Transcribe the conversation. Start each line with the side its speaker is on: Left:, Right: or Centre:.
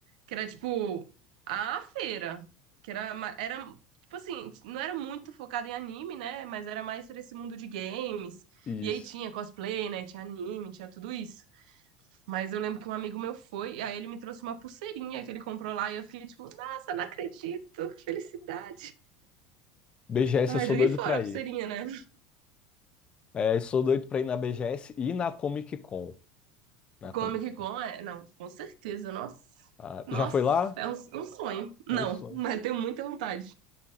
Right: que era tipo a feira, que era, ma- era tipo assim, não era muito focado em anime, né? Mas era mais por esse mundo de games.
Left: Isso.
Right: E aí tinha cosplay, né? Tinha anime, tinha tudo isso. Mas eu lembro que um amigo meu foi, e aí ele me trouxe uma pulseirinha que ele comprou lá, e eu fiquei tipo, nossa, não acredito, que felicidade.
Left: BGS,
Right: Ah,
Left: eu sou
Right: joguei
Left: doido
Right: fora
Left: pra
Right: a
Left: ir.
Right: pulseirinha, né?
Left: É, sou doido pra ir na BGS e na Comic Con. Na
Right: Comic
Left: Comic
Right: Con
Left: Con.
Right: é. Não, com certeza. Nossa.
Left: Ah,
Right: Nossa,
Left: já foi lá?
Right: é um, um sonho. Não,
Left: Ou sonho.
Right: mas tenho muita vontade.